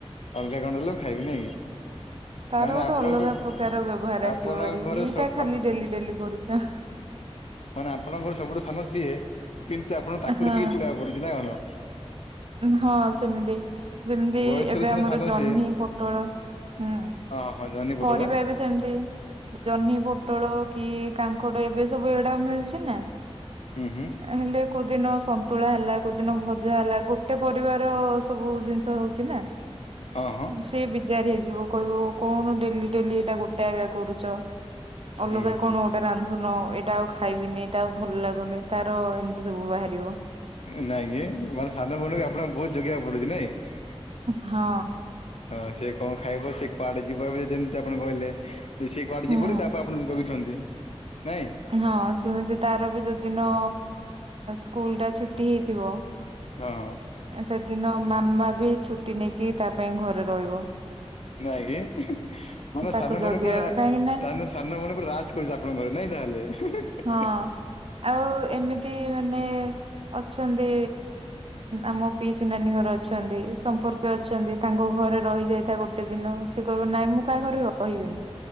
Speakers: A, on the left; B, on the right.
A: ଅଲଗା କଥଁ ହେଲେ ମୁଁ ଖାଇବି ନାଇଁ କି।
B: ତାର
A: ମାନେ
B: ଗୋଟେ
A: ଆପଣଙ୍କ
B: ଅଲଗା ପ୍ରକାର ବ୍ୟବହାର
A: ଆପଣଙ୍କ
B: ଆସିବ ହାରି
A: ଘରେ
B: ଏଇଟା
A: ସବୁ
B: ଖାଲି ଡେଲି ଡେଲି କରୁଚ।
A: ମାନେ ଆପଣଙ୍କ ଘରେ ସବୁଠୁ ସାନ ସିଏ କିନ୍ତୁ ଆପଣ ତାକୁ
B: ହଁ
A: ଦେଖିକି ଚଳିଆକୁ ପଡୁଛି ନା କଣ।
B: ହଁ ସେମିତି ଯେମିତି
A: ବୟସରେ
B: ଏବେ
A: ସିନା
B: ଆମର
A: ସାନ
B: ଜହ୍ନି
A: ସିଏ
B: ପୋଟଳ ହୁଁ।
A: ହଁ ହଁ ଜହ୍ନି ପୋଟଳ।
B: ପରିବା ଏବେ ସେମିତି ଜହ୍ନି, ପୋଟଳ କି କାଙ୍କଡ ଏବେ ସବୁ ଏଇଡା ମିଳୁଛି ନା।
A: ହୁଁ ହୁଁ।
B: ହେଲେ କୋଉଦିନ ସନ୍ତୁଳା ହେଲା କୋଉଦିନ ଭଜା ହେଲା ଗୋଟେ ପରିବାର ସବୁ ଜିନିଷ ହଉଛି ନା।
A: ହଁ ହଁ।
B: ସେ ବିଜାର ହେଇଯିବ କହିବ କଣ ଡେଲି ଡେଲି ଏଇଟା ଗୋଟେଏକା କରୁଚ। ଅଲଗା
A: ହୁଁ
B: କଣ
A: ହୁଁ
B: ଗୋଟେ ରାନ୍ଧୁନ ଏଇଟା ଆଉ ଖାଇବିନି ଏଇଟା ଆଉ ଭଲ ଲାଗୁନି। ତାର ଏମିତି ସବୁ ବାହାରିବ।
A: ନାଇଁ କି ମାନେ ସାନ ଭଉଣୀ କୁ ଆପଣଙ୍କୁ ବହୁତ ଯୋଗେଇବାକୁ ପଡୁଛି ନାଇଁ?
B: ହଁ।
A: ହଁ ସେ କଣ ଖାଇବ ସେ କୁଆଡେ ଯିବ ଯେମିତି ଆପଣ କହିଲେ ସେ କୁଆଡେ
B: ହୁଁ
A: ଯିବନି ତା ପାଇଁ ଆପଣ ଯୋଗୁଛନ୍ତି ନାଇଁ?
B: ହଁ ସେମିତି ତାର ବି ଯୋଉଦିନ ସ୍କୁଲ ଟା ଛୁଟି ହେଇଥିବ
A: ହଁ।
B: ସେଦିନ ମାମା ବି ଛୁଟି ନେଇକି ତା ପାଇଁ ଘରେ ରହିବ।
A: ନାଇଁ କି? ତମ
B: ତାକୁ
A: ସାନ
B: ଜଗିବାକୁ
A: ଭଉଣୀ ପୁରା
B: କାହିଁକି ନା
A: ତା ସାନ ଭଉଣୀ ପୁରା ରାଜ୍ କରୁଚି ଆପଣଙ୍କ ଘରେ ନାଇଁ ତାହେଲେ।
B: ହଁ। ଆଉ ଏମିତି ମାନେ ଅଛନ୍ତି ଆମ ପିଇସିି ନାନୀ ଘର ଅଛନ୍ତି ସମ୍ପର୍କୀୟ ଅ ଛନ୍ତି ତାଙ୍କ ଘରେ ରହି ଯାଇଥା ଗୋଟେ ଦିନ ସେ କହିବ ନାଇଁ ମୁଁ କାହା ଘରେ ରହିବିନି।